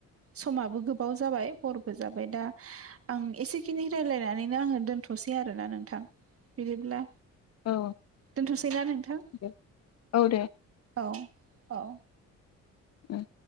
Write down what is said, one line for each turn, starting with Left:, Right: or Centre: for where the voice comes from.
Right: समाबो गोबाव जाबाय हरबो जाबाय दा आं एसेखिनि रायजलायनानैनो आङो दोन्थ'सै आरोना नोंथां बिदिब्ला
Left: औ
Right: दोनथ'सैना नोंथां
Left: दे औ दे
Right: औ औ
Left: उम